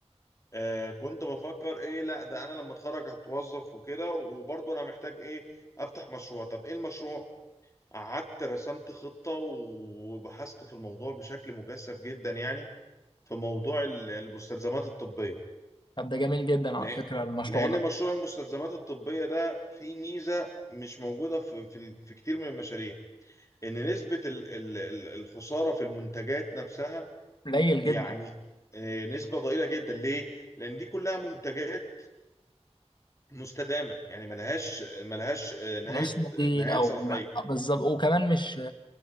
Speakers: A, on the left (about 25°); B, on the left (about 45°).
A: آه كنت بفكر ايه لا ده انا لما اتخرج هتوظف وكده وبرضه انا محتاج ايه افتح مشروع طب ايه المشروع قعدت رسمت خطة وبحثت في الموضوع بشكل مكثف جدا يعني في موضوع ال- المستلزمات الطبية
B: طب ده جميل جدا على
A: لأ-
B: فكرة المشروع
A: لان
B: ده
A: مشروع المستلزمات الطبية ده فيه ميزة مش موجودة في في, في كتير من المشاريع ان نسبة ال- ال- ال- الخسارة في المنتجات نفسها
B: قليل
A: يعني
B: جدا
A: آه، نسبة ضئيلة جدا ليه؟ لأن دي كلها منتجات مستدامه يعني ملهاش ملهاش نهايه
B: ملهاش بديل
A: نهايه
B: أو
A: صلاحيه
B: بالظبط وكمان مش